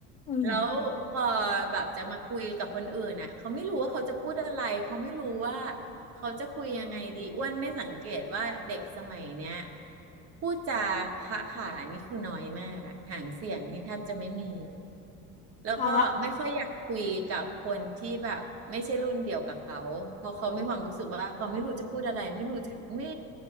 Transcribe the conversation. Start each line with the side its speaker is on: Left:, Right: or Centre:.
Right: แล้วพอ
Left: ม
Right: แบบจะมาคุยกับคนอื่นอะเขาไม่รู้ว่าเขาจะพูดอะไรเขาไม่รู้ว่าเขาจะคุยยังไงดีอ้วนไม่สังเกตว่าเด็กสมัยเนี้ยพูดจาขะขานี่คือน้อยมากอะหางเสียงนี่แทบจะไม่มี แล้วก็ไม่ค่อยอยากคุยกับคนที่แบบไม่ใช่รุ่นเดียวกับเขาเพราะเขามีความรู้สึกว่าเขาไม่รู้จะพูดอะไรไม่รู้จะไม่
Left: เพราะ